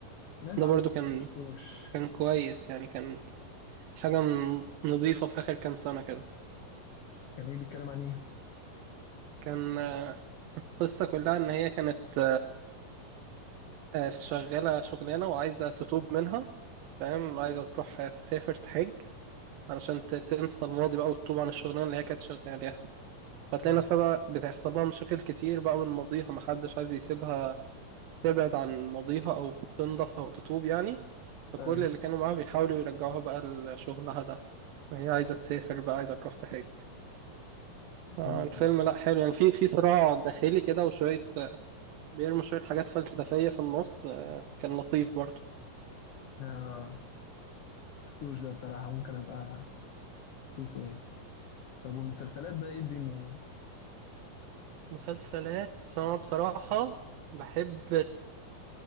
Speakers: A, on the left; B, on the right.
A: سمعت
B: ده
A: عنه
B: برضو كان
A: بس ما شفتوش
B: كان كويس يعني كان حاجة ن- نظيفة في آخر كام سنة كده
A: كان إيه بيتكلم عن إيه؟
B: كان آه، <laughs> القصة كلها إن هي كانت آه، شغالة شغلانة وعايزة تتوب منها فاهم عايزة تروح تسافر تحج علشان ت- تنسى الماضي بقى وتتوب عن الشغلانة اللي هي كانت شغالة هتلاقي
A: حلو
B: نفسها بقى بتحصل لها مشاكل كتير بقى من ماضيها محدش عايز يسيبها تبعد عن ماضيها أو تنضف أو تتوب يعني فكل
A: أيوه
B: اللي كانوا معاها بيحاولوا يرجعوها بقى لشغلها ده وهي عايزة تسافر بقى عايزة تروح تحج فالفيلم
A: مم.
B: لأ حلو يعني في في صراع داخلي كده وشوية بيرموا شوية حاجات فلسفية في النص آه، كان لطيف برضه
A: آه. شفتوش ده بصراحة ممكن أبقى أشوفه يعني طب والمسلسلات بقى إيه الدنيا يعني؟
B: مسلسلات أنا بصراحة بحب